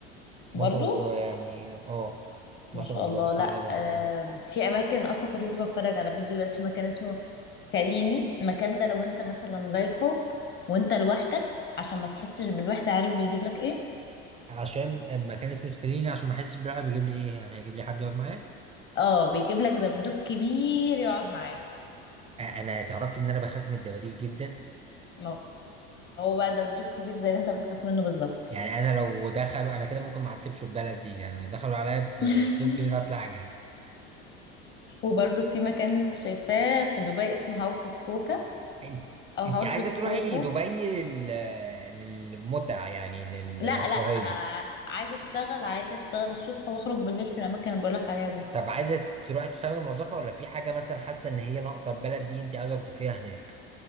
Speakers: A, on the right; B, on the left.
A: ما
B: برضو
A: شاء الله يعني اه ما
B: ما
A: شاء
B: شاء
A: الله
B: الله
A: بسم
B: لا
A: الله ما شاء
B: آم،
A: الله
B: في اماكن اصلا كنت لسه بتفرج على فيديو دلوقتي مكان اسمه سكاليني المكان ده لو انت مثلا رايحه وانت لوحدك عشان ما تحسش بالوحدة عارف بيجيب لك ايه
A: عشان اما كان اسمه سكاليني عشان ما احسش بالراحه بيجيب لي ايه يعني هيجيب لي حد يقعد معايا
B: اه بيجيب لك دبدوب كبير يقعد معاك
A: آه، انا تعرفي ان انا بخاف من الدباديب جدا
B: ما هو بقى دبدوب كبير زي اللي انت بتخاف منه بالظبط
A: يعني انا لو دخلوا انا كده ممكن ما اعتبش البلد دي يعني لو دخلوا عليا بلابتوب
B: <laughs>
A: كبير اطلع اجري
B: وبرضه في مكان لسه شايفاه في دبي اسمه هاوس اوف كوكا
A: انت
B: او
A: انت
B: هاوس
A: عايزه
B: اوف
A: تروحي
B: كوكو
A: دبي لل... للمتعه يعني للرفاهيه
B: لا لا آه، عايزه اشتغل عايزه اشتغل الصبح واخرج بالليل في الاماكن اللي بقولك عليها دي
A: طب عايزة تروحي تشتغلي موظفة ولا في حاجة مثلا حاسة ان هي ناقصة البلد دي انت عايزة تضيفيها هناك